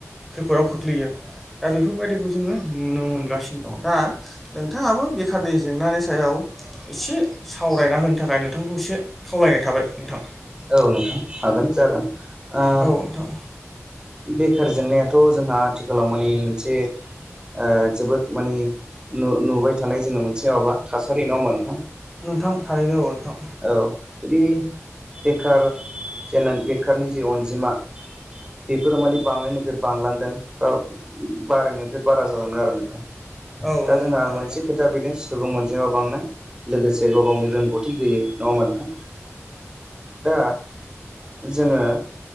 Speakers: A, in the centre; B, on the right.
A: खैफोदाव खोख्लैयो। दा बेफोरबायदिखौ जोङो नुनो मोनगासिनो दं दा नोंथाङाबो बेखारनि जेंनानि सायाव इसे सावरायना होनो थाखाय नोंथांखौ एसे खावलायनाय थाबाय नोंथां।
B: औ नोंथां हागोन जागोन ओ
A: औ नोंथां
B: बेखार जेंनायाथ' जोंहा आथिखालाव माने मोनसे ओ जोबोद मानि नुबाय थानाय जोङो मोनसे माबा थासारि नङा होमबा नोंथां
A: नोंथां थारैनो औ नोंथां
B: औ जुदि बेखार जेन बेखारनि जे अनजिमा। बेफोरो माने बांनायनिफ्राय बांलांदों ओ बारायनायनिफ्राय बारा जालांदों आरो नोंथां।
A: औ
B: दा
A: नंगौ
B: जोंहा
A: नोंथां थारैनो
B: मोनसे खोथा बेनो सुबुं अनजिमा बांनाय लोगोसे गाव गावनि रोंगौथि गैयै नङा होमबा नोंथां? दा जोङो